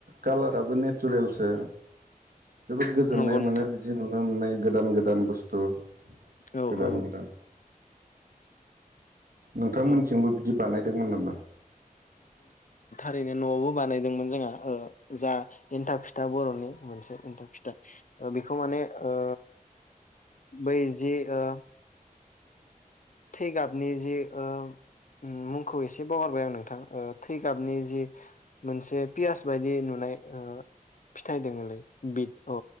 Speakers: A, on the right; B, on the left.
A: कालाराबो नेट चुरेलसो जोबोद गोजोननाय
B: नंगौ नोंथां
A: मोनो बिदि नुनो मोननाय गोदान गोदान बुस्थु
B: औ
A: गोदान
B: औ।
A: गोदान नोंथांमोनथिंबो
B: औ ओ
A: बिदि बानायदोंमोन नामा?
B: ओरैनो न'आवबो बानायदोंमोन जोंहा ओ जा एन्थाब फिथा बर'नि मोनसे एन्थाब फिथा ओ बेखौ माने ओ बै जि ओ थै गाबनि जि ओ उम मुंखौ एसे बावगारबाय आं नोंथां थै गाबनि जि मोनसे पियास बायदि नुनाय ओ फिथाइ दोङोलै बिट अ